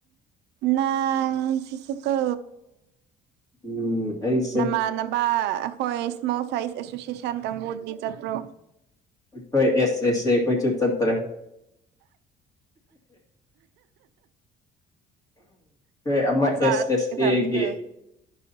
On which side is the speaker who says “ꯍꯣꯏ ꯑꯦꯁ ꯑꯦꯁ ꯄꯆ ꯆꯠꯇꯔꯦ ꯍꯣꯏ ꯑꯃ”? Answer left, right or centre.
Left